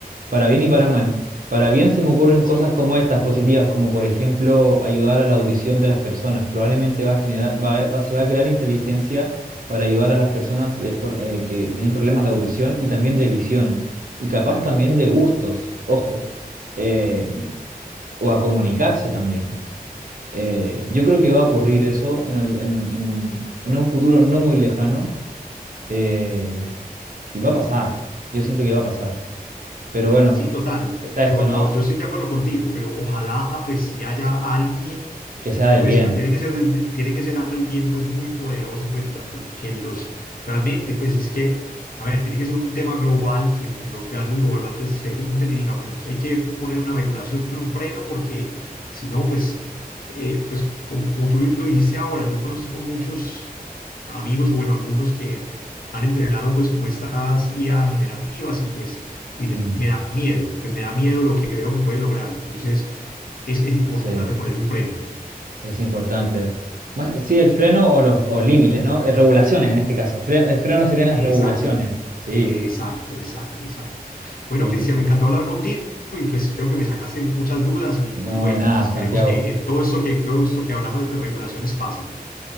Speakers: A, on the right; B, on the left.
A: para bien y para mal. Para bien se me ocurren
B: sí,
A: cosas como
B: to-
A: estas positivas, como por ejemplo ayudar a la audición de las personas. Probablemente va a generar, va, a- va- se va a crear inteligencia para ayudar a las personas de for- eh, que tienen problemas de audición y también de visión y capaz también de gustos, ojo, eh, o a comunicarse también. Eh, yo creo que va a ocurrir eso en, al- en- en un, en un futuro no muy lejano. eh, y va a pasar. Yo siento que va a pasar. Pero bueno,
B: sí, total.
A: sa- está
B: Yo,
A: esto, ¿no?
B: yo, yo estoy de acuerdo contigo, pero ojalá pues si haya alguien.
A: Que sea del
B: Pues,
A: bien.
B: pero tiene que ser, desde- tiene que ser alguien pues muy poderoso, pues la- que los realmente, pues es que, a ver, tiene que ser un tema global que pues los grandes gobernantes se junten y digan, bueno, hay que poner una regulación, un freno, porque si no, pues, eh, pues como, como tú lo dijiste ahora, yo conozco muchos amigos, o bueno, algunos que han entrenado pues como estas IA generativas y pues dicen,
A: Mm,
B: me da miedo, pues me da miedo lo que veo que puede lograr. Entonces, es, es importante
A: sí,
B: ponerle un freno.
A: es importante. Más- sí, el freno o los o límites, ¿no? Eh, regulaciones en este caso. Fre- el freno serían las
B: Exacto,
A: regulaciones. Sí,
B: exacto, exacto, exacto. Bueno,
A: sí.
B: Cristian, me encantó hablar contigo y pues creo que me sacaste muchas dudas y,
A: No,
B: y bueno,
A: de nada,
B: pues esperemos
A: Santiago.
B: que eh, todo esto que, todo esto que hablamos de regulaciones pase.